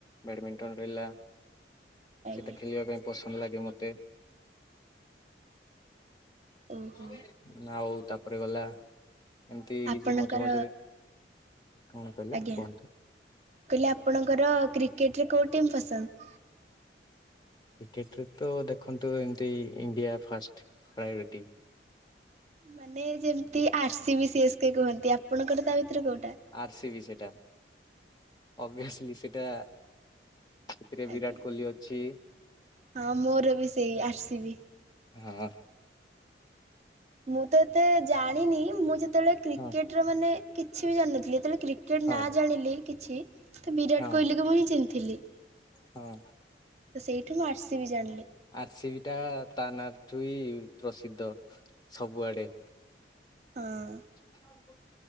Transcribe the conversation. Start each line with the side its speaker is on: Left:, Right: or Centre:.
Left: ବ୍ୟାଡ଼ମିଣ୍ଟନ ରହିଲା,
Right: ଆଜ୍ଞା
Left: ସେଇଟା ଖେଳିବା ପାଇଁ ପସନ୍ଦ ଲାଗେ ମତେ। <inaudible>
Right: ଓହୋ
Left: ଆଉ ତାପରେ ଗଲା। ଏମିତି
Right: ଆପଣଙ୍କର
Left: କିଛି ମଝି ମଝିରେ କଣ କହିଲେ
Right: ଆଜ୍ଞା,
Left: କୁହନ୍ତୁ
Right: ପିଲା ଆପଣଙ୍କର କ୍ରିକେଟରେ କୋଉ ଟିମ୍ ପସନ୍ଦ?
Left: କ୍ରିକେଟରେ ତ ଦେଖନ୍ତୁ, ଏମିତି ଇଣ୍ଡିଆ ଫାଷ୍ଟ ପ୍ରାୟୋରିଟି।
Right: ମାନେ ଯେମିତି ଆର୍ସି ବି ସିଏସ୍ କେ କୁହନ୍ତି ଆପଣଙ୍କର ତା ଭିତୁରୁ କୋଉଟା?
Left: ଆର୍ସି ବି ସେଟା ଓଭିଅସ୍ ଲି ସେଟା ସେଥିରେ
Right: ଆଜ୍ଞା
Left: ବିରାଟ କୋହଲି ଅଛି
Right: ହଁ ମୋର ବି ସେଇ ଆର୍ସି ବି।
Left: ହଁ।
Right: ମୁଁ ତ ଏତେ ଜାଣିନି ମୁଁ ଯେତେବେଳେ କ୍ରିକେଟ୍
Left: ହଁ
Right: ର ମାନେ କିଛି ବି ଜାଣିନଥିଲି ଯେତେବେଳେ କ୍ରିକେଟ୍
Left: ହଁ
Right: ନା ଜାଣିଲି କିଛି ତ ବିରାଟ୍
Left: ହଁ
Right: କୋହଲିକୁ ମୁଁ ହିଁ ଚିହ୍ନିଥିଲି।
Left: ହଁ।
Right: ତ ସେଇଠୁ ମୁଁ ଆର୍ସି ବି ଜାଣିଲି।
Left: ଆର୍ସି ବି ଟା ତାନା ଠୁ ହି ପ୍ରସିଦ୍ଧ ସବୁଆଡେ।
Right: ହଁ।
Left: <inaudible> ହଁ